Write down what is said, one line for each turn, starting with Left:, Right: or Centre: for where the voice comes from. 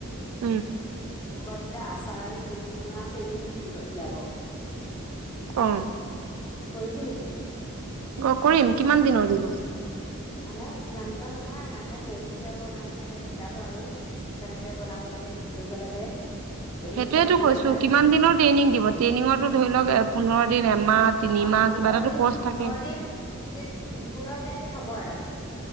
Right: উম
Left: কবাত আচাৰ জেলি বনোৱা ট্ৰেইনিং দিব দিয়াব
Right: অ
Left: কৰিবি নেকি?
Right: অ কৰিম কিমান দিন দিনৰ দিব।
Left: মানে কিমান দিনৰ নহয় মানে ট্ৰেইনিং দিয়াব মানে সিহঁতে শিকাব আৰু কেনেকে বনাব লাগে কি কৰিব লাগে। এনেই
Right: সেইটোয়েটো
Left: ঘৰত বহি
Right: কৈছো
Left: থকা
Right: কিমান দিনৰ ট্ৰেইনিং দিব ট্ৰেইনিংৰো ধৰি লওক পোন্ধৰ দিন এমাহ তিনিমাহ
Left: অ পোন্ধৰ
Right: কিবা এটাতো
Left: দিন
Right: কৰ্চ
Left: পোন্ধৰ
Right: থাকে
Left: দিন বিচ উ পোন্ধৰ বিচ দিনৰ হব আৰু তাৰমানে-